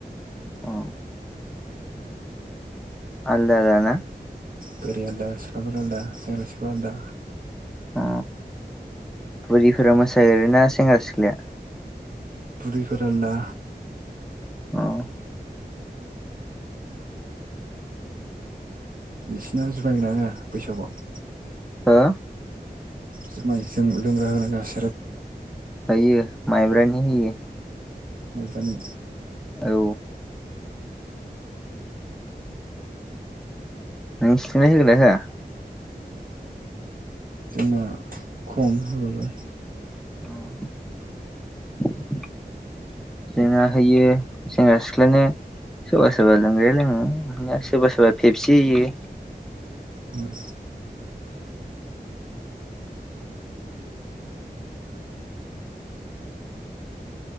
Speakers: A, in the centre; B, on the right (about 60°).
A: अ आलदा आलदा ना।
B: बोराय आलदा सिख्लाफोर आलदा सेंग्रा सिख्लाफोर आलदा।
A: अ बुरिफोरा मोसायोना सेंग्रा सिख्लाया?
B: बुरिफोर आलदा।
A: ओं
B: नोंसिना जुमाय होयोना होआ बैसागोआव?
A: हो
B: जुमाय जों लोंग्रा होयोना होआ सेरेब?
A: हायो माइब्रानि होयो
B: माइब्रानि
A: औ नों सुनै होगोन ना होआ
B: जोंना खम होबाबो
A: औ जोंना होयो सेंग्रा सिख्लानो सोरबा सोरबा लोंग्राया लोङो सोरबा सोरबा पेबसि होयो
B: उम